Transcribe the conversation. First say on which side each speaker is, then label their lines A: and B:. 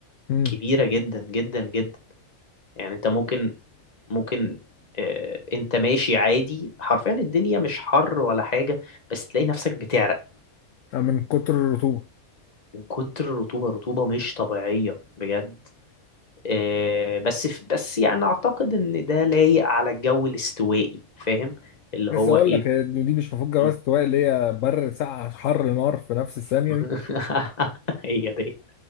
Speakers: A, on the left (about 70°); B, on the left (about 30°).
A: امم
B: كبيرة جدا جدا جدا يعني انت ممكن ممكن آه، انت ماشي عادي حرفيا الدنيا مش حر ولا حاجة بس تلاقي نفسك بتعرق
A: من كتر الرطوبة
B: من كتر الرطوبة الرطوبة مش طبيعية بجد آه، بس ف- بس يعني اعتقد ان ده لايق على الجو الاستوائي فاهم اللي
A: لسه
B: هو
A: اقول
B: ايه
A: لك هي دي مش مفروض جواز
B: مم.
A: سواق اللي هي بر ساقعة حر نار في نفس الثانية
B: <laughs>
A: دي
B: هي دي